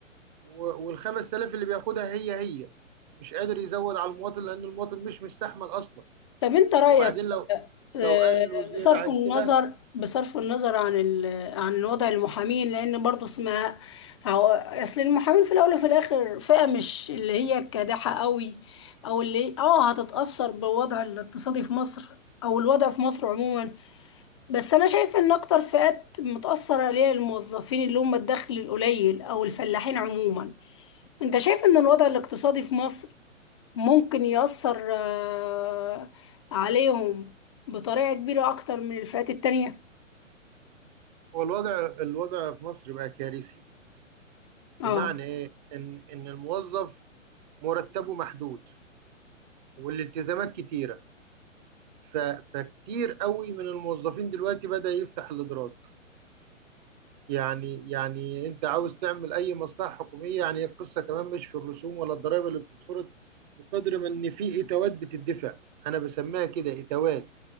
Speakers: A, on the right; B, on the left.
A: وال 5000 اللي بياخدها هي هي مش قادر يزود على المواطن لان المواطن مش مستحمل اصلا
B: طب انت رأيك
A: وبعدين لو
B: آه،
A: لو قال له زياده
B: بصرف
A: عن
B: النظر
A: كده
B: بصرف النظر عن ال... عن وضع المحامين لان برضو اسمها هو- اصل المحامين في الاول وفي الاخر فئة مش اللي هي كادحة قوي او اللي اه هتتأثر بالوضع الاقتصادي في مصر او الوضع في مصر عموما بس انا شايف ان اكتر فئات متأثرة عليها الموظفين اللي هم الدخل القليل او الفلاحين عموما انت شايف ان الوضع الاقتصادي في مصر ممكن يأثر آه، عليهم بطريقة كبيرة أكتر من الفئات التانية
A: هو الوضع الوضع في مصر بقى كارثي
B: اه
A: بمعنى ايه ان ان الموظف مرتبه محدود والالتزامات كتيره ف... فكتير قوي من الموظفين دلوقتي بدأ يفتح الإدراك يعني يعني أنت عاوز تعمل أي مصلحة حكومية يعني القصة كمان مش في الرسوم ولا الضرائب اللي بتتفرض بقدر ما إن في إتاوات بتدفع أنا بسميها كده إتاوات